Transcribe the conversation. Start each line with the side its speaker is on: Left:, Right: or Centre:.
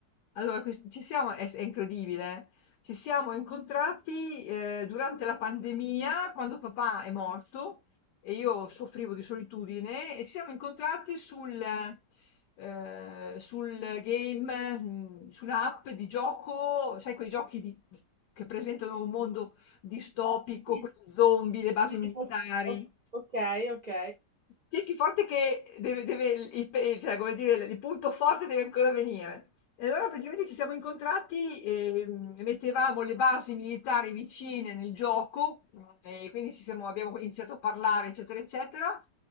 Left: Allora ques ci siamo è s è incredibile. eh. Ci siamo incontrati, ehm, durante la pandemia, quando papà è morto e io soffrivo di solitudine, e ci siamo incontrati sul ehm, sul game, mhmm, su un'app di gioco, sai quei giochi di che presentano un mondo distopico,
Right: Sì,
Left: quelli zombie, le basi
Right: sì, tipo,
Left: militari.
Right: o- ok, ok. ok.
Left: Tienti forte che deve deve il il pe cioè come dire, il punto forte deve ancora venire. E allora praticamente ci siamo incontrati, ehm, e mm, mettevamo le basi militari vicine nel gioco, mhmm, e quindi ci siamo abbiamo iniziato a parlare, eccetera, eccetera,